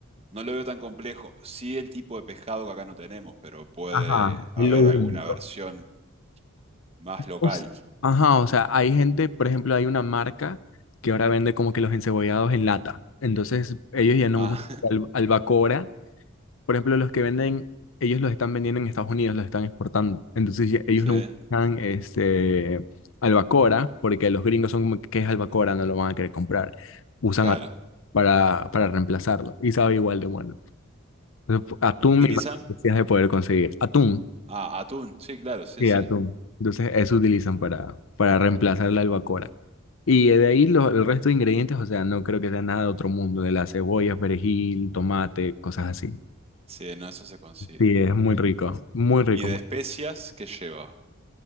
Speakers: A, on the right (about 30°); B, on the left (about 65°).
A: No lo veo tan complejo. Sí, el tipo de pescado que acá no tenemos, pero puede
B: Ajá,
A: haber
B: es lo único.
A: alguna versión más local.
B: O s- Ajá, o sea, hay gente, por ejemplo, hay una marca que ahora vende como que los encebollados en lata. Entonces, ellos ya no
A: Ah,
B: usan al- albacora. Por ejemplo, los que venden, ellos los están vendiendo en Estados Unidos, los están exportando. Entonces, ya- ellos
A: <laughs>
B: no
A: sí,
B: usan este, albacora porque los gringos son como que "¿Qué es albacora, no lo van a querer comprar. Usan
A: claro.
B: atún para, para reemplazarlo y sabe igual de bueno. Entonces, atún,
A: ¿Qué utilizan?
B: me imagino que sí has de poder conseguir. Atún,
A: Ah, atún. Sí, claro, sí,
B: sí,
A: sí.
B: atún. Entonces, eso utilizan para, para reemplazar la albacora. Y de ahí lo- el resto de ingredientes, o sea, no creo que sea nada de otro mundo, de la cebolla, perejil, tomate, cosas así.
A: Sí, no, eso se consigue.
B: Sí, es muy rico, muy rico.
A: ¿Y de especias qué lleva?